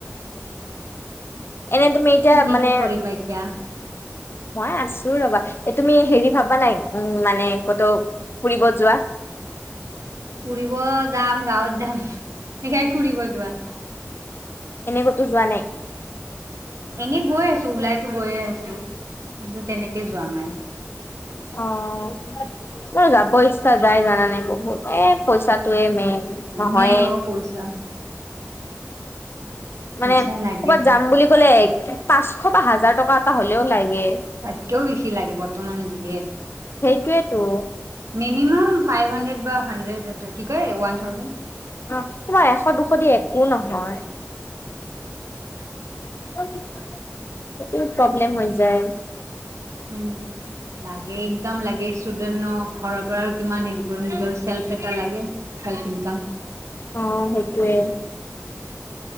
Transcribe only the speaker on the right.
তুমি
কি কৰিবা এতিয়া?
ফুৰিব যাম গাঁৱত যাম, সেইয়াই ফুৰিব যোৱা।
এনেই গৈ আছো ওলাইতো গৈয়ে আছো, কিন্তু তেনেকে যোৱা নাই।
মেইন অ' পইচা। পইচা
লাগে
তাতকেও বেছি লাগে বৰ্তমান যিয়ে।
মিনিমাম ফাইভ হাণ্ড্ৰেড বা হানড্ৰেড কি কয় ওৱান থাউজেণ্ড।
উম। লাগে ইনকাম লাগে ষ্টুডেন ঘৰৰ পৰা আৰু কিমান হেৰি কৰে নিজৰ চেল্ফ এটা লাগে। Self income.